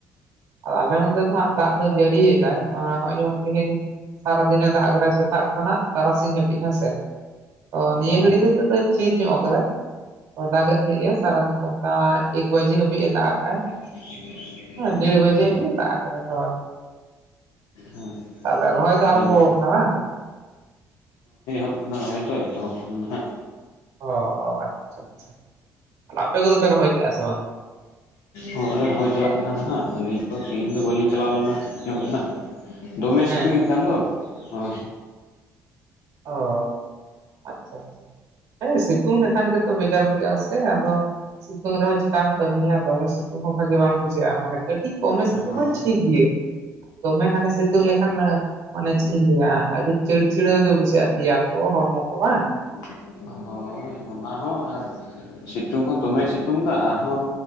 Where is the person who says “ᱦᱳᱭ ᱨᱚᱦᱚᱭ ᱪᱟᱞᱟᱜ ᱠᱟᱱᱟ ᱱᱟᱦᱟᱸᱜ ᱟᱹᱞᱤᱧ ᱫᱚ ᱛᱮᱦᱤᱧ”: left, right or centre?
Left